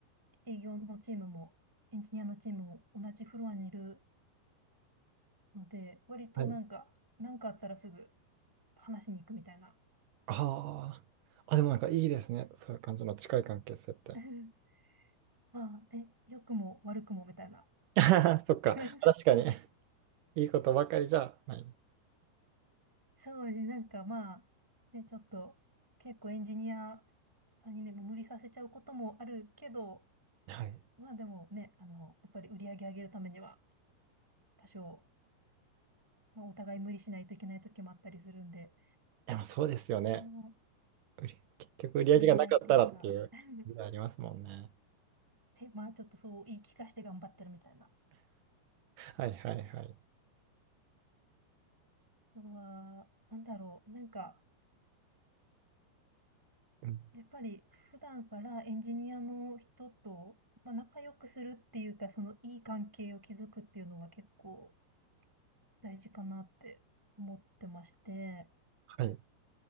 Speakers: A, in the centre; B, on the right (about 75°).
A: 営業のチームもエンジニアのチームも同じフロアにいるので、割となんか、
B: はい。
A: なんかあったらすぐ話しに行くみたいな。
B: ああ。あ、でもなんかいいですね。そういう感じの近い関係性って。
A: <laughs> まあね、良くも悪くもみたいな。
B: <laughs> そっか。
A: <laughs>
B: 確かに。いいことばかりじゃない。
A: そうですね、なんかまあ、ね、ちょっと結構エンジニアさんにね、もう無理させちゃうこともあるけど、
B: はい。
A: まあでもね、あの、やっぱり売り上げ上げるためには多少、まあ、お互い無理しないといけない時もあったりするんで、
B: でもそうですよね。
A: この
B: 売り結局売り上げがなかったらっていう、
A: 兼ね合いというか <laughs>
B: ありますもんね。
A: で、まあちょっとそう言い聞かせて頑張ってるみたいな。
B: はいはいはい。
A: あとは、なんだろう、なんか、
B: うん
A: やっぱり普段からエンジニアの人と、まあ、仲良くするっていうか、そのいい関係を築くっていうのは結構、大事かなって思ってまして、
B: はい。